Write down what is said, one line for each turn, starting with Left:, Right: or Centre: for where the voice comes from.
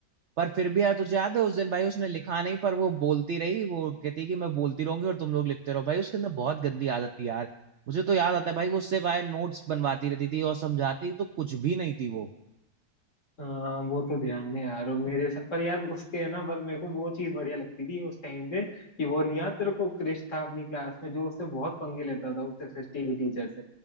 Right: पर फिर भी यार तुझे याद है उस दिन भाई उसने लिखा नहीं पर वो बोलती रही वो कहती कि मैं बोलती रहूंगी और तुम लोग लिखते रहो भाई उसके अंदर बहुत गंदी आदत थी यार मुझे तो याद आता है भाई वो उससे भाई नोट्स बनवाती रहती थी और समझाती तो कुछ भी नहीं थी वो
Left: हाँ वो तो ध्यान है यार और मेरे साथ पर यार उसके है ना पर मेरे को वो चीज बढ़िया लगती थी उस टाइम पे कि वो नहीं याद तेरे को क्रिश था अपनी क्लास में जो उससे बहुत पंगे लेता था उस एसएसटी की टीचर से